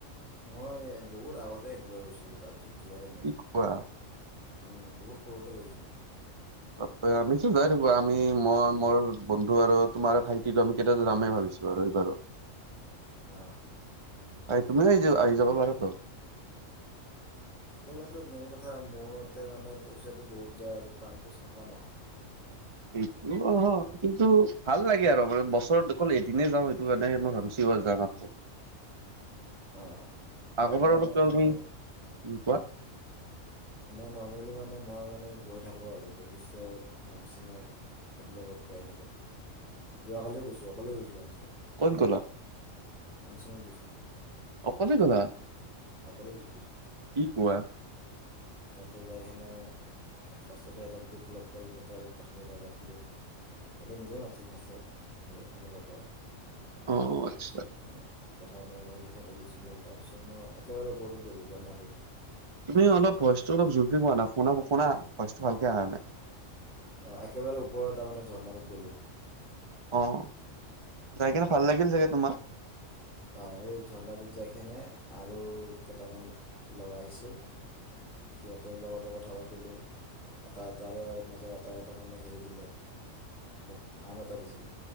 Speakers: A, on the left; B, on the right.
A: মই বহুত আগতে একবাৰ গৈছিলো তাৰ পিছত তাৰপিছত যোৱাই নাই,
B: কি কোৱা
A: অ' বহুত সৰুতে গৈছিলোঁ।
B: ত আমিতো যাই থাকো, আমি মই মোৰ বন্ধু আৰু তোমাৰ ভাইটিটো আমি কেতিয়া যামেই ভাবিছো। <unintelligible>
A: আহ।
B: আহ তুমিও আহি য আহি যাব পাৰা তো।
A: একলেনদনত মেইন কথা মোৰ মতে মানে পইচাটো বহুত যায় আৰু পানীটো চাফা নহয়।
B: এইটো হয়, কিন্তু ভাল লাগে আৰু মানে বছৰত অকল এদিনে যাওঁ, সেইটো কাৰণে মই ভাবিছো <unintelligible>
A: <inaudible> অ' মই
B: আগৰবাৰ
A: মানে
B: অলপৱা
A: এনে
B: তুমি, কোৱা
A: এনেই নৰ্মেলি মানে মই মানে গৈ থাকো আৰু বশিষ্ঠত আমচিঙত। এইবিলাকত যাই থাকোঁ, যোৱাকালিও গৈছোঁ অকলে গৈছোঁামচিং।
B: ক'ত গ'লা?
A: আমচিঙাত গৈছিলো।
B: অকলে গ'লা?
A: অকলে <unintelligible>
B: কি কোৱা
A: তাতে যায় কেনে ফাৰ্ষ্টতে এটা গ্ৰুপ লগ পালোঁ, তাপা অলপ কথা, চথা পাতিলোঁ। সিহঁতে নিজে মাতিছিল ফাৰ্ষ্টত, সেই সন্মুখৰ পৰা
B: অ
A: তাৰপিছত
B: আচ্ছা
A: এনে <unintelligible> সিহঁতে গুচি গ'ল। তাৰপিছত মই একেবাৰে ওপৰটোত গ'লো ঝৰ্ণাটোত।
B: তুমি অলপ ভইচটো অলপ জোৰকে কোৱা না। শুনা, শুনা ভইচটো ভালকে আহা নাই।
A: অ', একেবাৰে ওপৰ তাৰ মানে ঝৰ্ণাটোত গ'লো।
B: অ', যায় কেনে ভাল লাগিল চাগে তোমাৰ?
A: অ', এই ঝৰ্ণাটোত যায়কেনে আৰু কেইটামান ল'ৰা আহিছিল। সিহঁতৰ লগতো কথা পাতিলোঁ। এটা তাৰে মাজৰ এটাই এটা মানে হেৰি দিলে মোক আম এটা দিছিল।